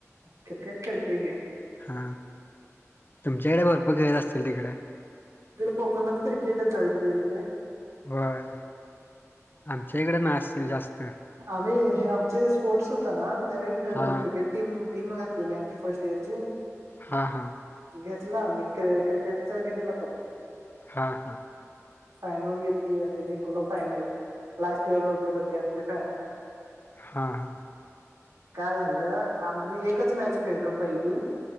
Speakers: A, on the right; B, on the left.
A: क्रिकेट खेळते ग
B: हा तुमच्याकडे भरपूर खेळत असतील तिकडे
A: कोकोनट क्रिकेट चय इे ते
B: होय आमच्या इकडे न असतीलल जास्त
A: आम्ही हे आमचे स्पोर्ट्स होत ना त्यावेळी खेळवलो
B: हा
A: क्रिकेट टीम टीम घातलेली आमची फर्स्ट इयर ची
B: हा हा
A: घेतला म्र क्रिकेट च घेतला काप
B: हा हा
A: फायनल घेतली आणि जिंकल फायनल लास्ट इयर बरोबर होते आमची फायनल
B: हा हा.
A: काय झालं आम्ही एकच मॅच खेळलो पहिली,